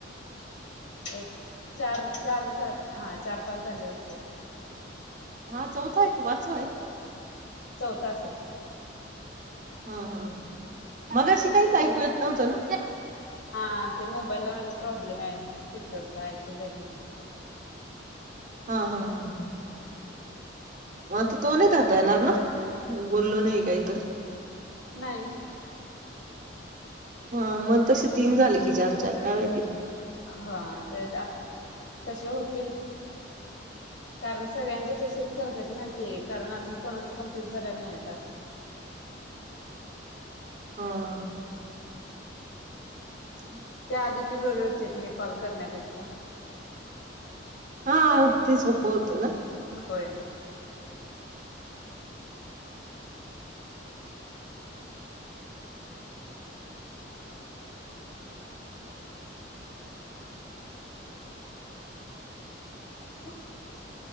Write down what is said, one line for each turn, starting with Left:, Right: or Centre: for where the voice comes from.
Left: एक चार चार झा हा चार पाच झाले असतील.
Right: हा चौथा एक वाचो आहे?
Left: चौथा असल!
Right: हा हा मगाशी काहीच ऐकू येत नव्हतं ना?
Left: हा ते मोबाईलला माझा प्रॉब्लेम आहे. स्पीकरच ऐकूच येत नाही.
Right: हा हा हा ह.
Left: <unintelligible>
Right: मग आता तो नाही धरता येणार ना बोललो नाही काहीतर?
Left: नाही.
Right: हा मग तसे तीन झाले की चार चार काय माहिती
Left: हा तर तसे होतील. कारण सगळ्यांचे तसेच करतात ना ते कारण अजून कोणाच कंप्लीट झालेलं नाही टास्क
Right: हम. <unintelligible>
Left: त्या आधीची बरे होती हे कॉल करण्यापेक्षा.
Right: हा. ते सोपं होत ना.
Left: होय <unintelligible>